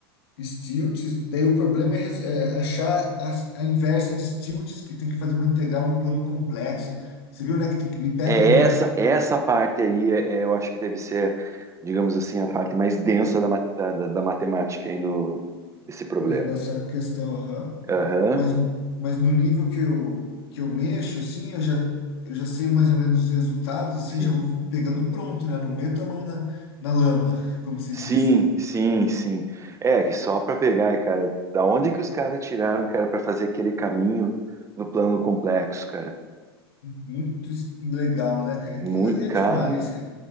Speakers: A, on the left (about 70°); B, on the right (about 20°).
A: Stilts, daí o problema é, res- é achar a, a inversa de Stilts, que tem que fazer uma integral no plano complexo. Você viu, né? Que tem que- e pega
B: É
A: um,
B: essa, essa parte aí, é, é, eu acho que deve ser, digamos assim, a parte mais densa da, ma- da, da- da matemática aí no, desse problema.
A: nes- nessa questão, aham.
B: Aham,
A: Mas, mas no nível que eu, que eu mexo, assim, eu já, eu já sei mais ou menos os resultados, assim,
B: sim.
A: já vou pegando pronto, né? Não meto a mão na, na lama, <laughs> como se
B: Sim,
A: diz.
B: sim, sim. É, que só para pegar, é, cara, da onde que os caras tiraram, cara, para fazer aquele caminho no plano complexo, cara?
A: Muito es- legal, né, cara? Aquilo
B: Muito,
A: ali é
B: cara.
A: demais, cara.